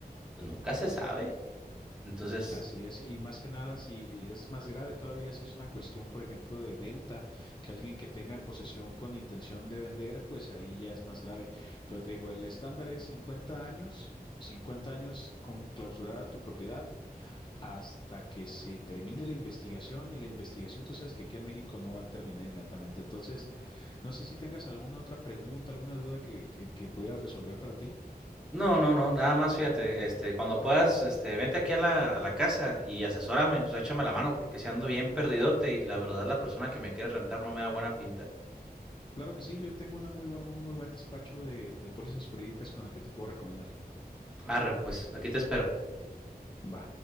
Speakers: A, in the centre; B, on the left.
A: pues nunca se sabe. Entonces,
B: Así es, y más que nada, si es más grave todavía, si es una cuestión, por ejemplo, de venta, que alguien que tenga en posesión con intención de vender, pues ahí ya es más grave. Pero te digo, el estándar es 50 años, 50 años con clausurada tu propiedad hasta que se termine la investigación y la investigación, tú sabes que aquí en México no va a terminar inmediatamente. Entonces, No sé si tengas alguna otra pregunta, alguna duda que, que, que pudiera resolver para ti.
A: no, no, no, nada más, fíjate, este, cuando puedas, este, vente aquí a la, a la casa y asesórame, o sea, échame la mano porque si ando bien perdidote y la verdad la persona que me quiere rentar no me da buena pinta.
B: Claro que sí, yo tengo una muy bu- un muy buen despacho de, de pólizas jurídicas con el que te puedo recomendar.
A: Arre, pues, aquí te espero.
B: Va.